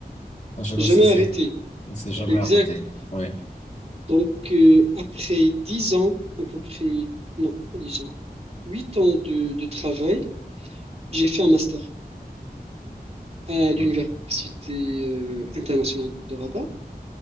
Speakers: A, on the left; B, on the right.
A: Un Jamais
B: Jamais
A: cessé,
B: arrêté.
A: ne s'est jamais
B: Exact.
A: arrêté. Ouais,
B: Donc, euh, après 10 ans, à peu près, non, pas 10 ans, 8 ans de, de travail, j'ai fait un master à
A: Ouais.
B: l'Université euh, internationale de Rabat